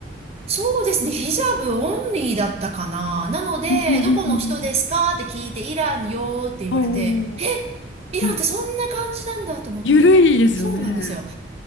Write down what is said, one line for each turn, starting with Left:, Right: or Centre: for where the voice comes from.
Right: そうですね。ヒジャブオンリーだったかな。なので、
Left: うんうんうんうんうん。
Right: どこの人ですかって聞いて、イランよーって言われて、
Left: おお。
Right: え、イランってそんな感じなんだと思って。
Left: うん。ゆるいですよね。
Right: そうなんですよ。